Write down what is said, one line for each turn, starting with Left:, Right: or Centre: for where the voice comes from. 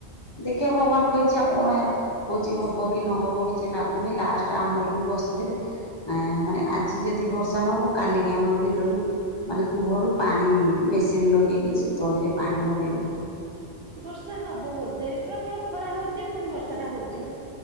Left: ଦେଖିବା ଭଗବାନଙ୍କ ଇଚ୍ଛା କଣ ହଉଛି ହବ କି ନହବ କିଛି ଲାଗୁନି ଲାଷ୍ଟ ଆମର ବି ବସ୍ ଥିଲେ ଆ ମାନେ ଆଜି ଯଦି ବର୍ଷା ନହବ କାଲିକି ଆମର ବିଲରୁ ମାନେ କୁହରୁ ପାଣି ମେସିନ ଲଗେଇକି ସେ ତଳିରେ ପାଣି ମଡେଇବେ।
Right: ବର୍ଷା ହବ ବୋଧେ ପ୍ରବଳ ଖରା ହଉଛି ପୁଣି ବର୍ଷା ଟା ହଉଛି ନା।